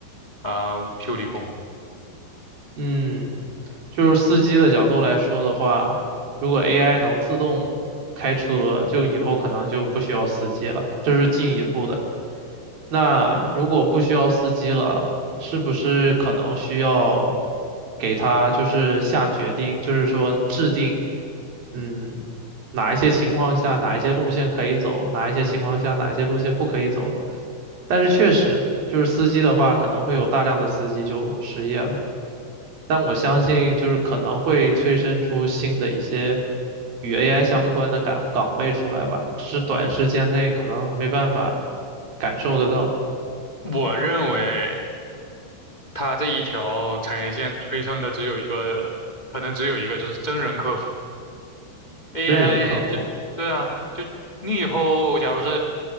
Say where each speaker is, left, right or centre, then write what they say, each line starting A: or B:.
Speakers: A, on the left (about 50°); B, on the right (about 55°).
A: 啊、修理工。
B: 嗯，就是司机的角度来说的话，如果 AI 能自动开车，就以后可能就不需要司机了，这是进一步的。那如果不需要司机了，是不是可能需要给他就是下决定，就是说制定，嗯，哪一些情况下哪一些路线可以走，哪一些情况下哪一些路线不可以走？但是确实，就是司机的话，可能会有大量的司机就失业了。但我相信就是可能会催生出新的一些与 AI 相关的岗岗位出来吧，只是短时间内可能没办法感受得到
A: 我认为它这一条产业线催生的只有一个，可能只有一个，就是真人客服。AI
B: 真人客服。
A: 就，对啊，就你以后假如是